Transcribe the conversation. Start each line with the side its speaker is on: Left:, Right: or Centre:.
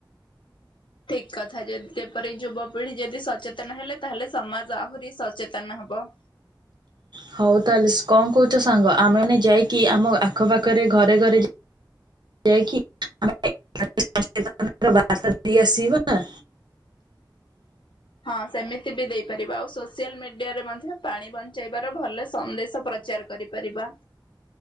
Left: ଠିକ କଥା ଯଦ ଯେପରିିକ ଯୁବପିଢି ଯଦି ସଚେତନ ହେଲେ ତାହେଲେ ସମାଜ ଆହୁରି ସଚେତନ ହବ।
Right: ହଉ ତାହଲେ କଣ କହୁଛ ସାଙ୍ଗ ଆମେ ମାନେ ଯାଇକି ଆମ ଆଖପାଖରେ ଘରେ ଘରେ। ଯାଇକି ବ ଦେଇ ଆସିବା <inaudible>
Left: ହଁ ସେମିତି ବି ଦେଇପାରିବ ଆଉ ସୋସିଆଲ ମିଡିଆରେ ମଧ୍ୟ ପାଣି ବଞ୍ଚାଇବାର ଭଲ ସନ୍ଦେଶ ପ୍ରଚାର କରିପାରିବା